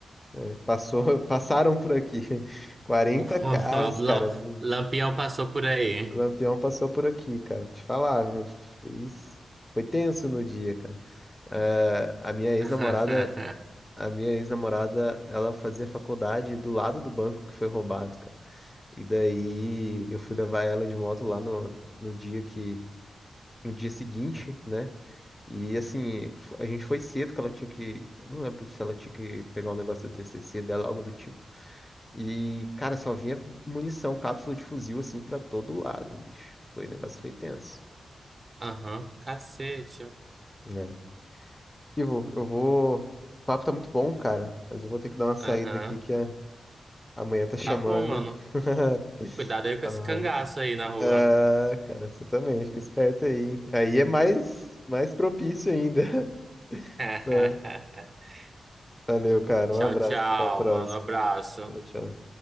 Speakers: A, on the left; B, on the right.
A: né, passou, <laughs> passaram por aqui <laughs> 40
B: o <laughs>
A: carros,
B: Lam-
A: cara. O
B: Lampião passou por aí.
A: Lampião passou por aqui, cara. Vou te falar, eu fiz... foi tenso no dia, cara. É, a minha ex-namorada,
B: <laughs>
A: a minha ex-namorada, ela fazia faculdade do lado do banco que foi roubado, cara. E daí eu fui levar ela de moto lá no, no dia que, no dia seguinte, né? E assim, f- a gente foi cedo que ela tinha que, eu não lembro se ela tinha que pegar um negócio do TCC dela, algo do tipo. E, cara, só vinha munição, cápsula de fuzil assim pra todo lado, bicho. Foi, o negócio foi tenso.
B: Aham, cacete.
A: né? Ivo, eu vou. O papo tá muito bom, cara, mas eu vou ter que dar uma saída
B: Aham.
A: aqui que é. Amanhã tá chamando.
B: Tá bom, mano.
A: <laughs>
B: Cuidado aí com
A: Tá
B: esse
A: na
B: cangaço
A: hora.
B: aí na rua.
A: Ah, cara, você também, fica esperto aí. Aí é mais, mais propício ainda. <laughs>
B: <laughs>
A: Valeu, cara.
B: Tchau,
A: Um abraço.
B: tchau,
A: Até a próxima.
B: mano. Abraço.
A: Tchau, tchau.